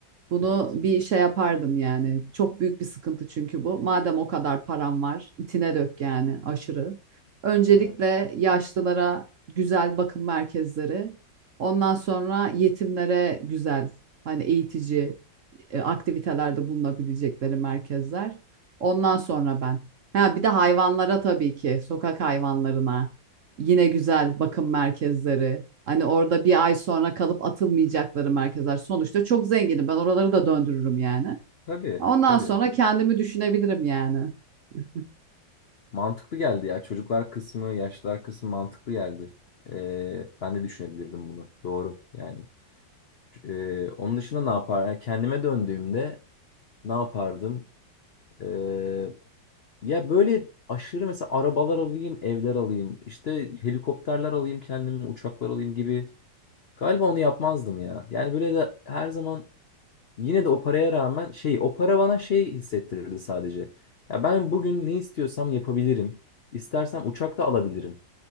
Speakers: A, on the right; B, on the left.
A: Bunu
B: evet.
A: bir şey yapardım yani. Çok büyük bir sıkıntı çünkü bu. Madem o kadar param var, itine dök yani aşırı. Öncelikle
B: evet.
A: yaşlılara güzel bakım merkezleri, ondan sonra yetimlere güzel hani eğitici e, aktivitelerde bulunabilecekleri merkezler. Ondan sonra ben. Ha bir de hayvanlara tabii ki, sokak hayvanlarına. Yine güzel bakım merkezleri. Hani orada bir ay sonra kalıp atılmayacakları merkezler. Sonuçta çok zenginim. Ben oraları da döndürürüm yani.
B: Tabii,
A: Ondan
B: tabii.
A: sonra kendimi düşünebilirim yani. <laughs>
B: Mantıklı geldi ya. Çocuklar kısmı, yaşlılar kısmı mantıklı geldi. Ee, ben de düşünebilirdim bunu. Doğru yani. Ee, onun dışında ne yapar? yani kendime döndüğümde ne yapardım? Ee, ya böyle aşırı mesela arabalar alayım, evler alayım, işte helikopterler alayım kendime, uçaklar alayım gibi. Galiba onu yapmazdım ya. Yani böyle de her zaman yine de o paraya rağmen şey, o para bana şey hissettirirdi sadece. Ya ben bugün ne istiyorsam yapabilirim. İstersem uçak da alabilirim